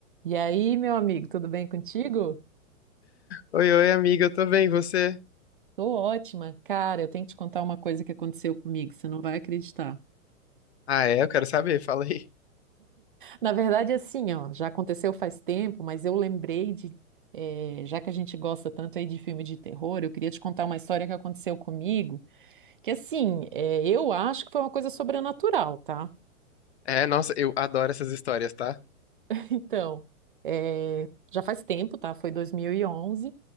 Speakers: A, on the right (about 40°); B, on the left (about 50°).
A: E aí, meu amigo, tudo bem contigo?
B: Oi, oi, amiga, eu tô bem, e você?
A: Tô ótima. Cara, eu tenho que te contar uma coisa que aconteceu comigo, você não vai acreditar.
B: Ah, é? Eu quero saber, fala aí.
A: Na verdade, assim, ó, já aconteceu faz tempo, mas eu lembrei de, eh, já que a gente gosta tanto aí de filme de terror, eu queria te contar uma história que aconteceu comigo, que assim, eh, eu acho que foi uma coisa sobrenatural, tá?
B: É, nossa, eu adoro essas histórias, tá?
A: <laughs> Então, eh, já faz tempo, tá? Foi 2011.